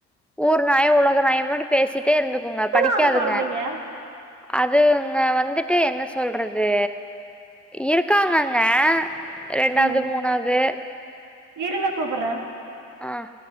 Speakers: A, in the centre; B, on the right.
A: ஊர் நாயம் உலக நாயம்ட்ட பேசிட்டே இருந்துக்குங்க
B: எத்தனாவது
A: படிக்காதுங்க
B: குழந்தைங்க
A: அதுங்க வந்துட்டு என்ன சொல்றது இருக்காங்கங்க ரெண்டாவது
B: ம்
A: மூணாவது
B: இருங்க கூப்பிடறேன்
A: ஆஹ்